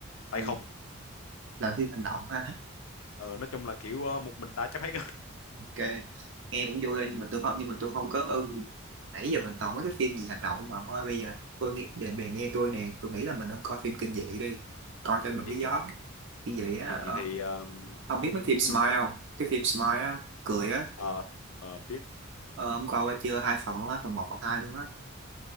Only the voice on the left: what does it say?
tay
không
ờ, nói chung là kiểu à, một mình ta chấp hết á
<laughs>
kinh
dị
à kinh,
kinh
dị
thì à,
ông
muốn xem
ờ ờ, biết